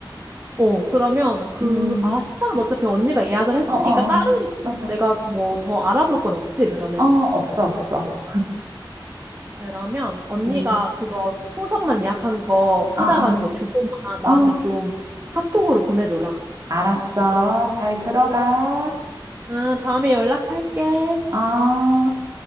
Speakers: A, on the right; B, on the right.
A: 어 그러면 그
B: 음,
A: 아 식당은 어차피 언니가 예약을 했으니까
B: 어, 어,
A: 다른
B: 어.
A: 게
B: 맞아.
A: 내가 뭐 더 알아볼 건 없지 그러면.
B: 어, 없어, 없어.
A: 그러면 언니가
B: 음.
A: 그거 풍선만 예약한 거 찾아가는
B: 아,
A: 거 주소만 나한테
B: 아. 어,
A: 좀 카톡으로 보내줘라.
B: 알았어. 잘 들어가.
A: 아, 다음에 연락할게.
B: 아.